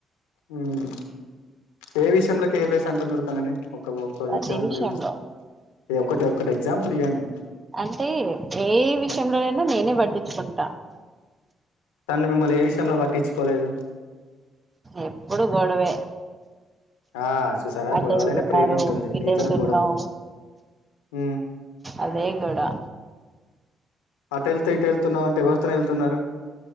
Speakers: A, on the left; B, on the right.
A: ఉమ్ ఏ విషయంలో కేర్లెస్ అంటున్నారు తనని ఒకవో ఫర్
B: ప్రతి
A: ఎగ్జాంపుల్
B: విషయంలో
A: ఇవ్వన్ ఇద్ ఒక్కట్ ఒకటి ఎగ్జాంపుల్ ఇయండి.
B: అంటే ఏ విషయంలోనైనా నేనే బట్టించుకుంటా
A: తన్ను మిమ్మల్ని ఏ విషయంలో పట్టించుకోలేదు.
B: ఎప్పుడు గొడవే
A: ఆ చూసారా
B: అట్
A: గొడవలనే
B: ఏళ్తున్నారు,
A: ప్రేమ ఉంటుంది
B: ఇటు
A: నీతోని
B: వెళ్తున్నావ్.
A: గొడవ ఉమ్
B: అదే గోడా
A: అట్ ఏళ్తే ఇటు ఏళ్తున్నావ్ అంటే, ఎవరితో ఏళ్తున్నారు.